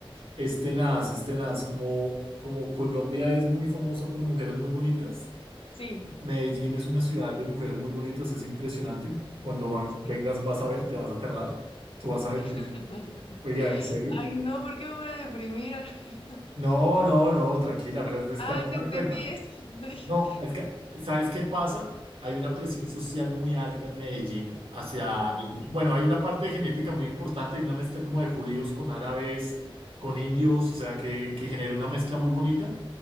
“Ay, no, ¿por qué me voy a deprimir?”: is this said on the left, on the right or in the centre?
Left